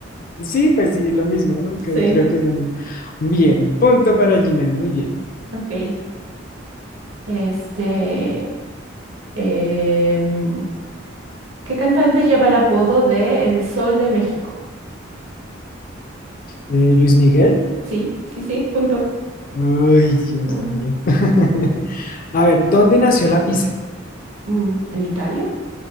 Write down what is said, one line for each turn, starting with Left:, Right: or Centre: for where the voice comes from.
Left: Sí, pues sí, lo mismo, ¿no? Que
Right: Sí,
Left: creo que es lo mismo. Bien, punto para Gina, muy bien.
Right: ok. Este, em, ¿qué cantante lleva el apodo de El Sol de México?
Left: Eh, Luis Miguel.
Right: Sí, sí, sí, punto.
Left: Ay, Dios
Right: <laughs>
Left: mío. <laughs> A ver, ¿dónde nació la pizza?
Right: Mm, ¿En Italia?